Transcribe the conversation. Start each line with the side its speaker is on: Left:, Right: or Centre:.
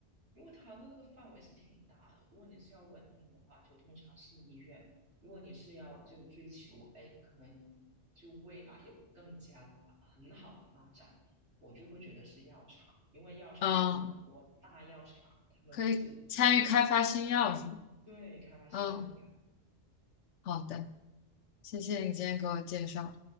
Right: 因为它的那个范围是挺大的。如果你是要稳定的话，就通常是医院；如果你是要就追求，哎，可能就未来有更加很好的发展，我就会觉得是药厂，因为药厂就有很多大药厂，
Left: 嗯，
Right: 他们都是
Left: 可以参与开发新药是吗？
Right: 对开发新药的人。
Left: 嗯，好的，谢谢你今天给我介绍。